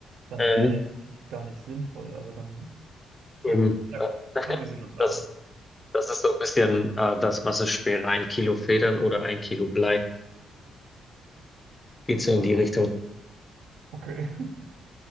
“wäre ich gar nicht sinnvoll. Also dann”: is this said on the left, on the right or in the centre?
Right